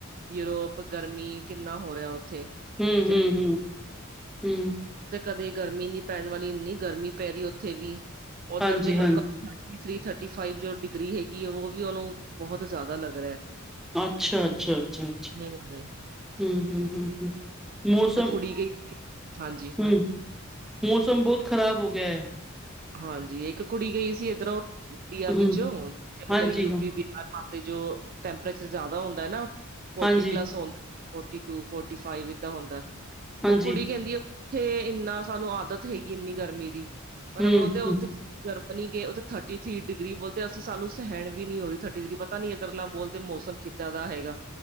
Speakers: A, on the right; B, in the centre.
A: ਯੂਰੋਪ ਗਰਮੀ ਕਿੰਨਾ ਹੋ ਰਿਹਾ ਉੱਥੇ।
B: ਹੂੰ-ਹੰ-ਹੂੰ-ਹੂੰ।
A: ਜਦੋਂ ਤੇ ਕਦੇ ਗਰਮੀ ਨੀ ਪੈਣ ਵਾਲੀ ਇੰਨੀ ਗਰਮੀ ਪੈ ਰਹੀ ਉੱਥੇ ਵੀ, ਓਧਰ
B: ਹਾਂਜੀ,
A: ਦੇ ਲੋਕਾਂ
B: ਹਾਂ।
A: ਥ੍ਰਰੀ ਥਰਟੀ ਫਾਈਵ ਜੋ ਡਿਗਰੀ ਹੈਗੀ ਐਂ, ਉਹ ਵੀ ਉਹਨੂੰ ਬਹੁਤ ਜ਼ਿਆਦਾ ਲੱਗ ਰਿਹਾ ਐ।
B: ਅੱਛਾ-ਅੱਛਾ-ਅੱਛ-ਅੱਛਾ।
A: ਹੂੰ-ਹੂੰ।
B: ਹਮ-ਹਮ-ਹਮ-ਹਮ ਮੌਸਮ
A: ਕੁੜੀ ਗਈ ਹਾਂਜੀ
B: ਹੂੰ, ਮੌਸਮ ਬਹੁਤ ਖ਼ਰਾਬ ਹੋ ਗਿਆ ਐ।
A: ਹਾਂਜੀ, ਇੱਕ ਕੁੜੀ ਗਈ ਸੀ ਇੱਧਰੋਂ, ਇੰਡੀਆ
B: ਹੂੰ,
A: ਵਿੱਚੋਂ ਮਤਲਬ
B: ਹਾਂਜੀ,
A: ਯੂ
B: ਹਾਂ।
A: ਕੇ ਬਿ ਹਰ ਪਾਸੇ ਜੋ ਟੈਂਪਰੇਚਰ ਜ਼ਿਆਦਾ ਹੁੰਦਾ ਨਾ, ਫੋਰਟੀ
B: ਹਾਂਜੀ,
A: ਪਲੱਸ ਹੁੰ ਫੋਰਟੀ ਟੂ-ਫੋਰਟੀ ਫਾਈਵ ਏਦਾਂ ਹੁੰਦਾ,
B: ਹਾਂਜੀ।
A: ਉਹ ਕੁੜੀ ਕਹਿੰਦੀ ਆ। ਉੱਥੇ ਇੰਨਾ ਸਾਨੂੰ ਆਦਤ ਹੈਗੀ ਇੰਨੀ ਗਰਮੀ ਦੀ ਪਰ
B: ਹੂੰ,
A: ਬੋਲਦੇ ਉੱਥੇ
B: ਹੂੰ।
A: ਜਰਮਨੀ ਗਏ। ਉੱਥੇ ਥਿਰਟੀ ਥਰੀ ਡਿਗਰੀ ਬੋਲਦੇ ਅਸੀਂ ਸਾਨੂੰ ਸਹਿਣ ਵੀ ਹੋ ਰਹੀ ਥਰਟੀ ਥਰੀ ਪਤਾ ਨੀ ਇਧਰਲਾ ਮੌਸਮ ਕਿੱਦਾਂ ਦਾ ਹੈਗਾ?